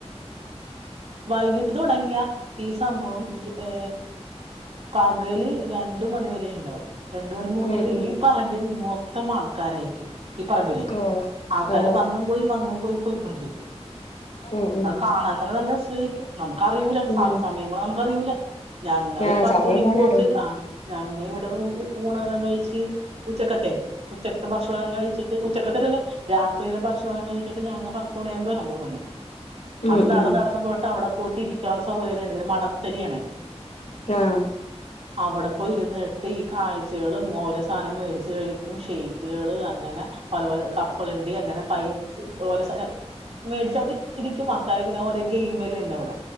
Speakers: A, on the right; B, on the left.
A: വൈകിട്ട് തൊടങ്ങിയ ഈ സംഭവം ഏ പകല് രണ്ട് മണിവരെ ണ്ടാവും രണ്ടു മണി മൂന്ന
B: ഉം
A: ര
B: ഉം
A: ഈ പറമ്പിൽ മൊത്തം ആൾക്കാരായിരിക്കും ഈ പറമ്പിലെ
B: ഓ
A: ആൾക്കാര്
B: ഓ
A: വന്നും പോയി വന്നും പോയി പോയിക്കൊണ്ടിരിക്കും
B: ഉം ഉം
A: അത് കാണാൻ തന്നെ നല്ലരസ നമുക്കറിയൂല
B: ഉം
A: സ സമയം പോണെ നമുക്കറിയൂല്ല ഞങ്ങ
B: ആഹ്
A: ഒരു പത്ത്മണിക്ക്
B: സമയം പോണ
A: പോയിട്ട്
B: അറിയില്ല
A: ആഹ് ഞങ്ങ ഇവിടന്ന് ഊണെല്ലാം കഴിച്ച് ഉച്ചക്കത്തെ ഉച്ചക്കത്തെ ഭക്ഷണം എല്ലാം കഴിച്ചിട്ട് ഉച്ചക്കത്തില്ലല്ലോ രാത്രിയിലെ ഭക്ഷണം എല്ലാം കഴിച്ചിട്ട് ഞങ്ങ പത്തുമണിയാകുമ്പോ ഇറങ്ങും ഇവിടന്ന്
B: ഉം
A: അവിടന്ന് നടന്ന്
B: ഉം
A: നടന്ന് പോയിട്ട് അവിടെ പോയിട്ട് ഇരിക്കാനുള്ള സൗകര്യംല്ല ഉണ്ടെ മണർത്തരിയണെ
B: ആഹ്
A: അവടെപ്പോയി ഇരുന്നിട്ട് ഈ കാഴ്ചകളും ഓരോ സാനം മേടിച്ചു കഴിക്കും ഷെയ്ക്ക് കള് അങ്ങനെ പല പല കപ്പലണ്ടി അങ്ങനെ പൈ ഓരോ മേടിച്ചവിടെ ഇരിക്കും ആൾക്കാരെങ്ങനെ ഓരേ ഗെയിമല്ല ഉണ്ട് അവിടെ